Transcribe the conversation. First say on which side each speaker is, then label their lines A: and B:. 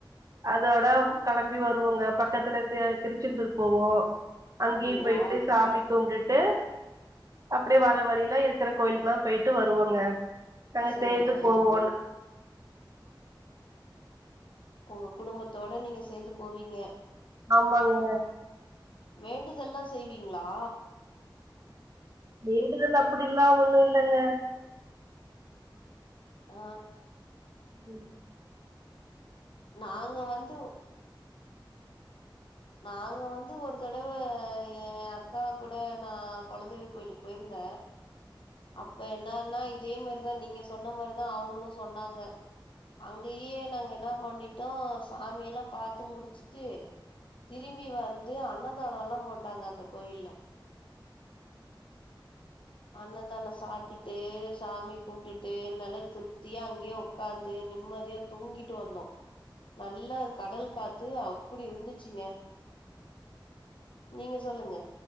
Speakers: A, on the right; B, on the left.
A: அதோட கெளம்பி வருவோங்க பக்கத்துல திருச்செந்தூர் போவோ அங்கேயும்
B: அப்டிங்களா
A: போயிட்டு சாமி கும்பிட்டுட்டு அப்படியே வர வழில இருக்கிற கோயிலுக்கெல்லா போயிட்டு வருவோங்க நாங்க
B: சேரிங்க
A: சேர்ந்து போவோ
B: உங்க குடும்பத்தோட நீங்க சேந்து போவீங்க
A: ஆமாங்க
B: வேண்டுதலெல்லா செய்வீங்ளா
A: வேண்டுதல் அப்படி எல்லா ஒண்ணு இல்லங்க
B: ஆ
A: ம்
B: நாங்க வந்து நாங்க வந்து ஒரு தடவ ஏ அக்கா கூட நா குலதெய்வ கோயிலுக்கு போயிரு ந்த அப்ப என்னனா இதே மாரிதா நீங்க சொன்ன மாரிதா அவுங்களு சொன்னாங்க அங்கயே நாங்க என்ன பண்ணிட்டோ சாமியெல்லா பாத்து முடிச்சிட்டு திரும்பி வந்து அன்னதானொல்லா போட்டாங்க அந்த கோயில்ல அன்னதானோ சாப்பிட்டுட்டு சாமி கும்பிட்டுட்டு நல்லா திருப்தியா அங்கயே உக்காந்து நிம்மதியா தூங்கிட்டு வந்தோ நல்ல கடல் காத்து அப்படி இருந்துச்சுங்க
A: <inaudible>
B: நீங்க சொல்லுங்க